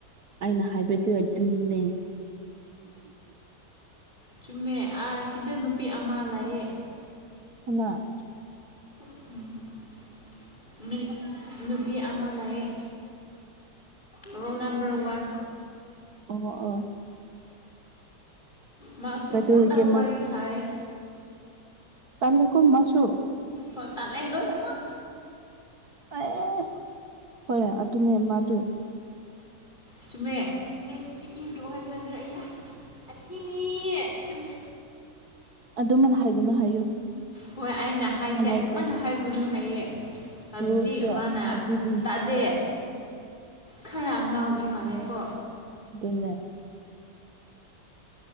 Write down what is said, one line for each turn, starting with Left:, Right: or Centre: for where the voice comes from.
Right: ꯑꯩꯅ ꯍꯥꯏꯕꯗꯨ ꯑꯗꯨꯅꯦ
Left: ꯆꯨꯝꯃꯦ ꯑ ꯁꯤꯗ ꯅꯨꯄꯤ ꯑꯃ ꯂꯩꯌꯦ
Right: ꯀꯅꯥ
Left: <unintelligible> ꯃꯤ ꯅꯨꯄꯤ ꯑꯃ ꯂꯥꯛꯑꯦ ꯔꯣꯜ ꯅꯝꯕꯔ ꯋꯥꯟ
Right: ꯑꯣ ꯑꯣ
Left: ꯃꯥꯁꯨ
Right: ꯀꯩꯗꯧꯔꯤꯒꯦ
Left: ꯐꯣꯟꯗ ꯋꯥꯔꯤ ꯁꯥꯔꯦ
Right: ꯇꯜꯂꯤꯀꯣ ꯃꯥꯁꯨ
Left: ꯍꯣꯏ ꯇꯥꯂꯦ ꯂꯣꯏ ꯅꯃꯛ
Right: ꯑꯦ ꯑꯦ ꯍꯣꯏ ꯑꯗꯨꯅꯦ ꯃꯥ ꯗꯨ
Left: ꯆꯨꯝꯃꯦ ꯑꯦ ꯏꯁꯄꯤꯀꯤꯡ ꯇꯨ ꯑꯅꯥꯗꯔ ꯑꯊꯤꯅꯤ ꯆꯨꯝꯃꯦ
Right: ꯑꯗꯨꯃꯅ ꯍꯥꯏꯒꯅꯨ ꯍꯥꯏꯌꯨ
Left: ꯍꯣꯏ ꯑꯩꯅ ꯍꯥꯏꯁꯦ
Right: ꯅꯨꯡꯉꯥꯏꯇꯦ
Left: ꯑꯗꯨꯝꯃꯥꯏꯅ ꯍꯥꯏꯒꯅꯨ ꯍꯥꯏꯌꯦ ꯑꯗꯨꯗꯤ
Right: ꯔꯨꯜꯁꯁꯨ
Left: ꯃꯥꯅ
Right: ꯑꯗꯨꯅꯤ
Left: ꯇꯥꯗꯦ ꯈꯔ ꯑꯉꯥꯎꯕꯤ ꯃꯥꯂꯦꯀꯣ
Right: ꯑꯗꯨꯅꯦ